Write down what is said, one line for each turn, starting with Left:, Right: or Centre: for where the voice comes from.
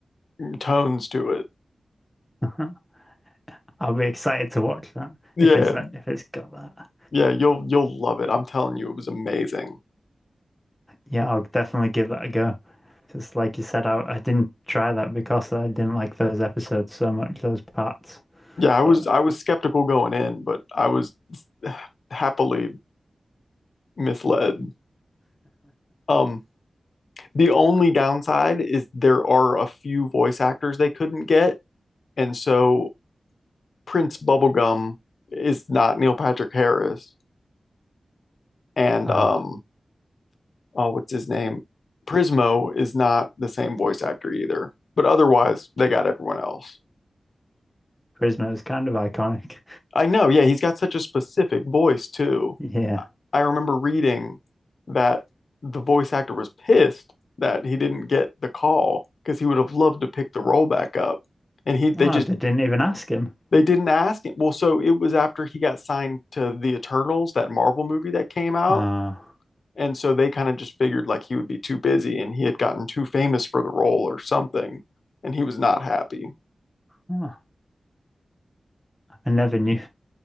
Left: tones to it.
Centre: <laughs> I'll be excited to watch that
Left: Yeah,
Centre: if it's if it's got that.
Left: yeah, you'll you'll love it. I'm telling you, it was amazing.
Centre: Yeah, I'll definitely give that a go. Because, like you said, I, I didn't try that because I didn't like those episodes so much, those parts.
Left: Yeah, I was
Centre: But
Left: I was skeptical going in, but I was <sighs> happily misled. Um, the only downside is there are a few voice actors they couldn't get, and so Prince Bubblegum is not Neil Patrick Harris, and
Centre: <laughs>
Left: um,
Centre: ah,
Left: uh, what's his name? Prismo is not the same voice actor either, but otherwise they got everyone else.
Centre: Prisma is kind of iconic.
Left: I know, yeah, he's got such a specific voice too.
Centre: Yeah.
Left: I remember reading that the voice actor was pissed that he didn't get the call because he would have loved to pick the role back up. And he they
Centre: Oh,
Left: just
Centre: they didn't even ask him.
Left: they didn't ask him. Well, so it was after he got signed to the Eternals, that Marvel movie that came out,
Centre: Oh,
Left: And so they kind of just figured like he would be too busy and he had gotten too famous for the role or something, and he was not happy,
Centre: oh, I never knew.